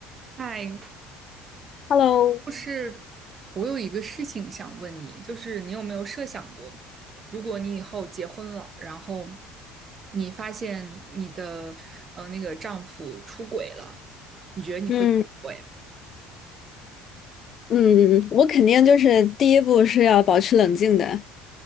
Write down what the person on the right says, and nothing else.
嗨，
就是我有一个事情想问你，就是你有没有设想过，如果你以后结婚了，然后你发现你的呃那个丈夫出轨了，你觉得你会怎么做呀？